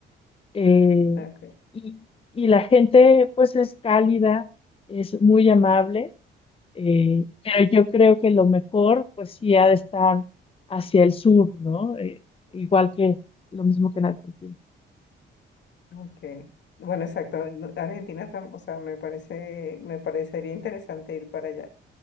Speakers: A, on the left (about 30°); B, on the left (about 65°).
A: eh,
B: ok,
A: y, y la gente pues es cálida, es muy amable, eh, pero yo creo que lo mejor pues sí ha de estar hacia el sur, ¿no? Eh, igual que lo mismo que en Argentina.
B: ok. Bueno, exacto, no- Argentina, tam- o sea, me parece, me parecería interesante ir para allá.